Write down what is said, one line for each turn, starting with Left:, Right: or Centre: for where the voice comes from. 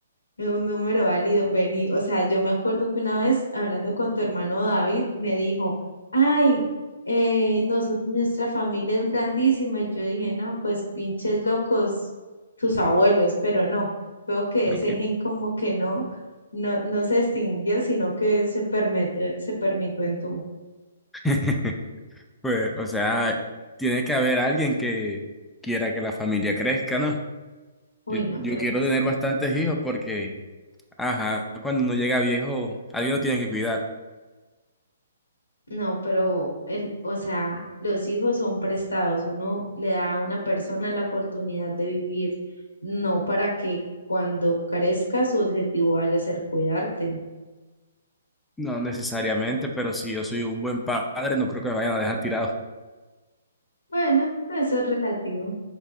Left: Es un número válido, vení. O sea, yo me acuerdo que una vez hablando con tu hermano David, me dijo, ay, eh, noso- nuestra familia es grandísima. Y yo dije, no, pues pinches locos, tus abuelos, pero no. Veo que
Centre: Creo
Left: ese
Centre: que,
Left: gen como que no, no, no se extinguió, sino que se permite, se permitió en tú.
Centre: <laughs> pues, o sea, tiene que haber alguien que quiera que la familia crezca, ¿no?
Left: Uy,
Centre: Yo,
Left: no,
Centre: yo
Left: pero
Centre: quiero
Left: tú estás.
Centre: tener bastantes hijos porque, ajá, cuando uno llega viejo, alguien lo tiene que cuidar.
Left: No, pero, el, o sea, los hijos son prestados. Uno le da a una persona la oportunidad de vivir, no para que cuando crezca su objetivo vaya a ser cuidarte.
Centre: No necesariamente, pero si yo soy un buen padre, no creo que me vayan a dejar tirado.
Left: Bueno, eso es relativo.